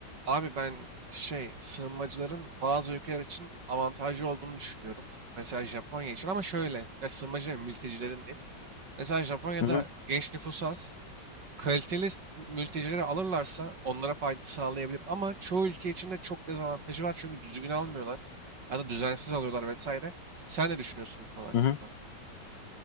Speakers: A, on the right; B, on the left.
A: Abi ben şey sığınmacıların bazı ülkeler için avantajlı olduğunu düşünüyorum. Mesela Japonya için ama şöyle ya sığınmacıların mültecilerin diyeyim. Mesela Japonya'da
B: Hı hı,
A: genç nüfus az. Kaliteli s- mültecileri alırlarsa onlara fayda sağlayabilir. Ama çoğu ülke için de çok dezavantajı var çünkü düzgün almıyorlar. Ya da düzensiz alıyorlar vesaire. Sen ne düşünüyorsun bu konu hakkında?
B: hı hı.